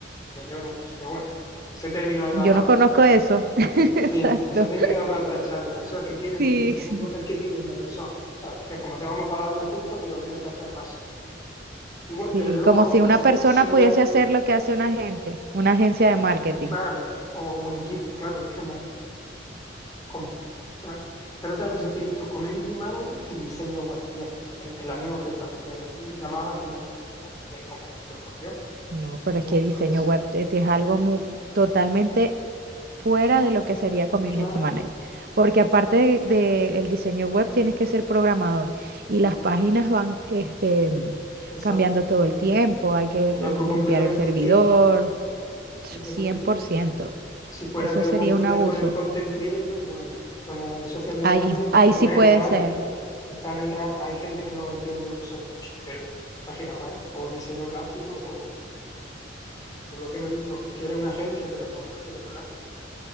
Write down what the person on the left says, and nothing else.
que yo no, pues que bueno, ese término da
para
otra charla.
Sí, ese término da para otra charla. Eso es que quieren
un equipo
de marketing en una persona, ¿sabes? Que como te vamos a pagar lo justo, pero tienes que hacer el máximo. Y bueno,
pero luego
otras
sí,
sí
Cl-
Claro, o un equipo, claro, es como, como, claro. Pero otras veces sí he visto community manager y diseño web, y es en, en la misma oferta, que, llamada como community manager, y es como, pero por Dios,
¿cómo
puede ser?
Claro,
exacto,
es
algo,
es
algo
completamente
distinto, completamente
distinto.
Si fuera
que lo
confundes
con el content creator, bueno, con el social media
manager,
bueno,
vale,
están en RAM, hay gente que no entiende o no sabe mucho, pero página web o diseño gráfico o Tú lo que, no- lo que quieres es una agencia, pero no la quieres pagar.